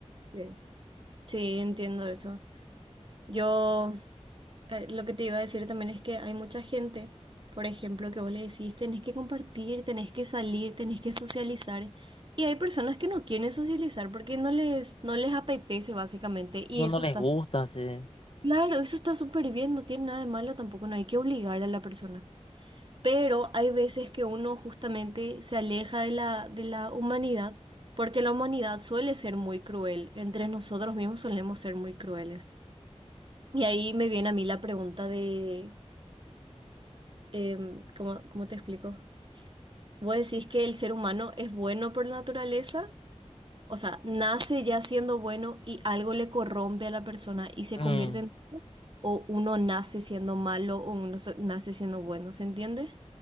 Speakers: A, on the right; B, on the left.
A: sí. Sí, entiendo eso. Yo eh, lo que te iba a decir también es que hay mucha gente, por ejemplo, que vos le decís, tenés que compartir, tenés que salir, tenés que socializar. Y hay personas que no quieren socializar porque no les, no les apetece básicamente y
B: Ellos
A: eso
B: no les
A: está
B: gusta, sí.
A: Claro, eso está súper bien, no tiene nada de malo tampoco, no hay que obligar a la persona. Pero hay veces que uno justamente se aleja de la, de la humanidad, porque la humanidad suele ser muy cruel, entre nosotros mismos solemos ser muy crueles. Y ahí me viene a mí la pregunta de, em, ¿cómo, cómo te explico? ¿Vos decís que el ser humano es bueno por naturaleza? O sea, nace ya siendo bueno y algo le corrompe a la persona y se
B: Mm.
A: convierte en o uno nace siendo malo o uno se- nace siendo bueno, ¿se entiende?